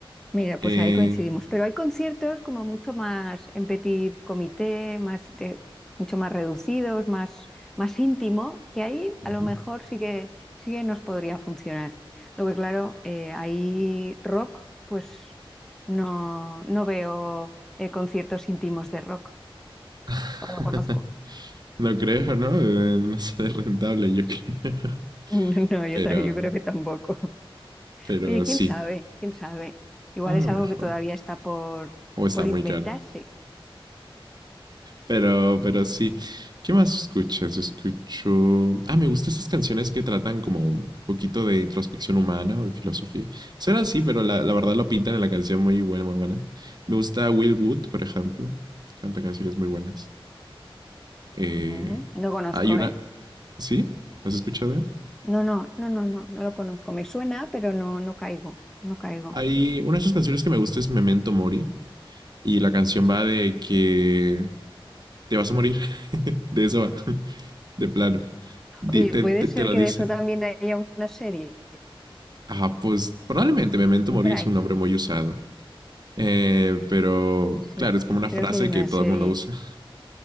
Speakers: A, in the centre; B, on the right.
A: Mira, pues
B: Eh,
A: ahí coincidimos. Pero hay conciertos como mucho más en petit comité, más de- mucho más reducidos, más, más íntimo, que ahí
B: Ujú.
A: a lo mejor sí que, sí que nos podría funcionar. Lo que claro, eh, ahí rock, pues no, no veo eh, conciertos íntimos de rock,
B: <laughs>
A: o no conozco. <laughs>
B: no creo, ¿no? Eh, No <laughs> sale rentable, yo creo. <laughs>
A: No, yo,
B: Pero,
A: ta- yo creo que tampoco.
B: pero
A: Oye, quién
B: sí,
A: sabe, quién sabe. Igual
B: a lo
A: es algo
B: mejor.
A: que todavía está por,
B: O está
A: por
B: muy
A: inventarse.
B: caro. Pero, pero sí. ¿Qué más escuchas? Escucho. Ah, me gustan esas canciones que tratan como un poquito de introspección humana o de filosofía. Será así, pero la, la verdad lo pintan en la canción muy buena, muy buena. Me gusta Will Wood, por ejemplo. Canta canciones muy buenas. Eh,
A: Ujú. No conozco,
B: hay una.
A: ¿eh?
B: ¿Sí? ¿Has escuchado?
A: No, no, no, no, no, no lo conozco. Me suena, pero no, no caigo, no caigo.
B: Hay una de sus canciones que me gusta es Memento Mori. Y la canción va de que te vas a morir. <laughs> de eso va. <laughs> De plano. Di-
A: Oye,
B: Te,
A: puede
B: te-
A: ser
B: te lo
A: que
B: dice.
A: de eso también haya una serie
B: Ah, pues probablemente Memento
A: en
B: Mori
A: Prime.
B: es un nombre muy usado. Eh, pero
A: Sí,
B: claro, es como
A: sí,
B: una
A: creo
B: frase
A: que hay una
B: que todo
A: serie.
B: el mundo usa.